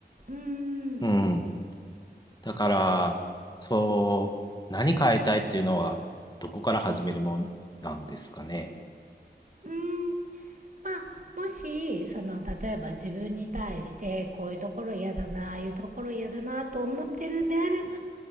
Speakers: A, on the right (about 50°); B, on the left (about 25°).
A: うーん。
B: うん。だから、そう、何変えたいっていうのはどこから始めるもんなんですかね。
A: うーん、まあ、もし、その、例えば自分に対して、こういうところ嫌だな、ああいうところ嫌だな、と思ってるんであれば、